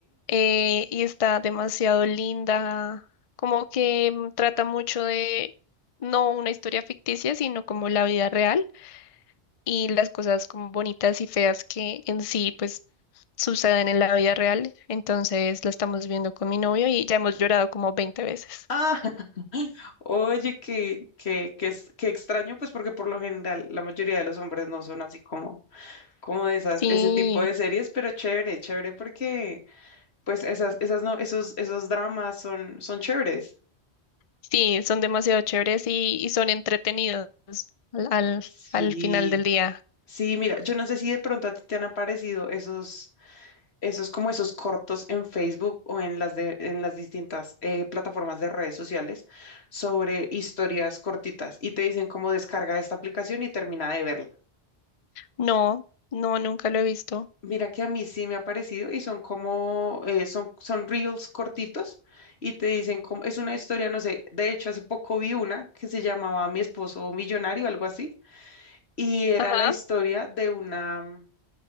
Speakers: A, on the left; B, on the left.
A: eh, y está demasiado linda, como que mm, trata mucho de no una historia ficticia, sino como la vida real. y las cosas como bonitas y feas que en sí pues suceden en la vida real. Entonces la estamos viendo con mi novio y ya hemos llorado como veinte veces.
B: Ah, <laughs> oye, que, que, que, es- que extraño, pues porque por lo general la mayoría de los hombres no son así como, como de esas,
A: Sí,
B: ese tipo de series, pero chévere, chévere porque pues esas, esas no, esos, esos dramas son, son chéveres.
A: sí, son demasiado chéveres y, y son entretenidos al, al,
B: Sí.
A: al final del día.
B: Sí, mira, yo no sé si de pronto a ti te han aparecido esos, esos como esos cortos en Facebook o en las de, en las distintas eh, plataformas de redes sociales sobre historias cortitas y te dicen cómo descarga esta aplicación y termina de verla.
A: No, no, nunca lo he visto.
B: Mira que a mí sí me ha parecido y son como, eh, son, son reels cortitos y te dicen cómo, es una historia, no sé, de hecho hace poco vi una que se llamaba Mi esposo millonario, algo así, y era
A: Ajá.
B: la historia de una